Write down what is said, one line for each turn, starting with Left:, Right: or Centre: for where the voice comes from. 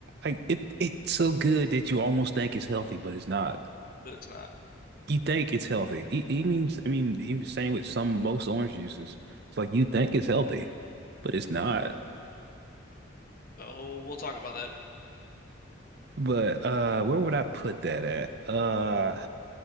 Right: like it it's so good that you almost think it's healthy, but it's not.
Left: But it's not.
Right: You think it's healthy. He, he means, I mean, he was saying with some most orange juices, it's like you think it's healthy. but it's not.
Left: Oh, we'll talk about that.
Right: But uh, where would I put that at? Uh,